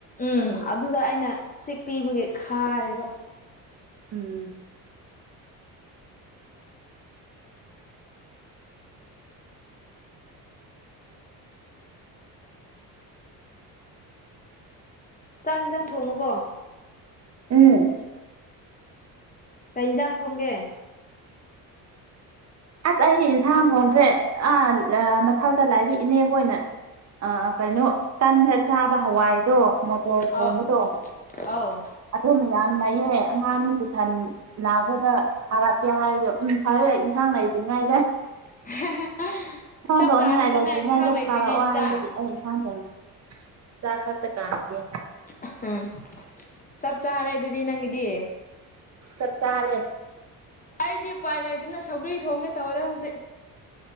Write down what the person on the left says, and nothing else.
ꯎꯝ ꯑꯗꯨꯗ ꯑꯩꯅ ꯆꯤꯛꯄꯤꯕꯒꯤ ꯈꯥꯔꯦꯕ
ꯆꯥꯛ ꯍꯤꯟꯖꯥꯡ ꯊꯣꯡꯉꯕꯣ
ꯀꯩ ꯏꯟꯖꯥꯡ ꯊꯣꯡꯒꯦ
ꯑꯥꯎ ꯑꯧ
<unintelligible>
ꯆꯞ
ꯆꯥꯔꯦꯗꯅ
ꯏꯟꯁꯥꯡ ꯂꯩꯇ꯭ꯔꯤꯉꯩꯗꯨꯗ
ꯑꯍꯝ ꯆꯞ ꯆꯥꯔꯦ ꯑꯗꯨꯗꯤ ꯅꯪꯒꯤꯗꯤ
ꯑꯩꯗꯤ ꯎꯄꯥꯏ ꯂꯩꯇꯅ ꯁꯧꯒ꯭ꯔꯤ ꯊꯣꯡꯒꯦ ꯇꯧꯔꯦ ꯍꯧꯖꯤꯛ